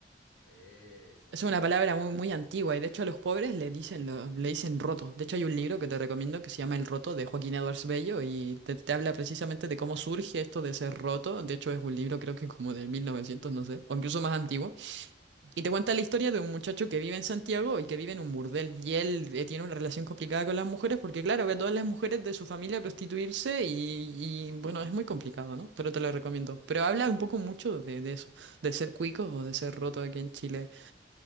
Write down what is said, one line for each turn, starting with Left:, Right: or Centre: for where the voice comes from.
Left: Eso,
Right: Es
Left: sí,
Right: una
Left: sí,
Right: palabra
Left: sí.
Right: muy, muy antigua y de hecho a los pobres le dicen, lo- le dicen roto. De hecho hay un libro que te recomiendo que se llama El Roto de Joaquín Edwards Bello y te, te habla precisamente de cómo surge esto de ser roto. De hecho es un libro creo que como del 1900, no sé, o incluso más antiguo. Y te cuenta la historia de un muchacho que vive en Santiago y que vive en un burdel. Y él eh, tiene una relación complicada con las mujeres porque claro, ve a todas las mujeres de su familia prostituirse y, y, bueno, es muy complicado, ¿no? Pero te lo recomiendo. Pero habla un poco mucho de, de eso, de ser cuico o de ser roto aquí en Chile.